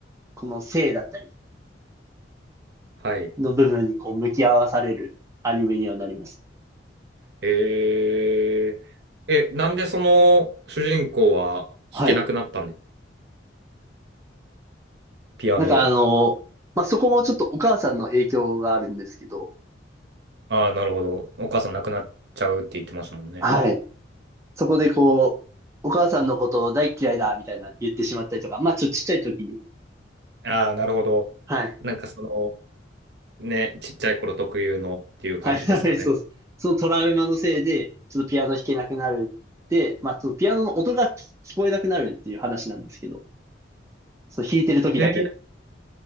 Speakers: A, on the right (about 15°); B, on the right (about 60°).
A: この性だったり、
B: はい。
A: の部分にこう向き合わされるアニメにはなります。
B: えー、え、なんでその主人公は弾けなくなったんで、
A: はい。
B: ピアノを。
A: なんかあの、まあ、そこもちょっとお母さんの影響があるんですけど、
B: ああ、なるほど。お母さん亡くなっちゃうって言ってましたもんね。
A: はい。そこでこう、お母さんのことを大っ嫌いだみたいな言ってしまったりとか、まあちょっとちっちゃい時に、
B: ああ、なるほど。
A: はい。
B: なんかその、ね、ちっちゃい頃特有のっていう感じですかね。
A: はい、はい、そうです。そのトラウマのせいで、ちょっとピアノ弾けなくなるって、まあそのピアノの音が聞聞こえなくなるっていう話なんですけど、そう弾いてる時だけ。
B: へえ、